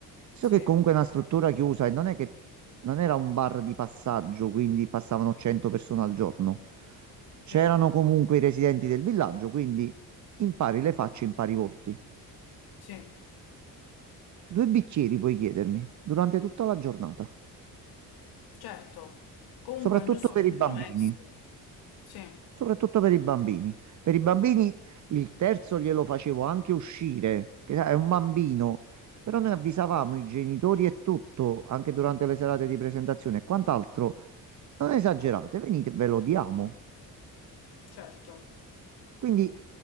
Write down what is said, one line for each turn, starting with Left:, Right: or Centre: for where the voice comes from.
Right: So
Left: sì,
Right: che comunque è una struttura chiusa e non è che non era un bar di passaggio, quindi passavano 100 persone al giorno. C'erano
Left: sì,
Right: comunque i residenti del villaggio, quindi impari le facce, impari i volti.
Left: sì.
Right: Due bicchieri puoi chiedermi durante tutta la giornata.
Left: Certo, comunque
Right: soprattutto
Left: è un giusto
Right: per
Left: compromesso.
Right: i bambini,
Left: Sì,
Right: soprattutto per i bambini. Per i bambini il terzo glielo facevo anche uscire, che sai, è un bambino, però noi avvisavamo i genitori e tutto, anche durante le serate di presentazione e quant'altro. Non esagerate, venite, ve lo diamo.
Left: certo,
Right: Quindi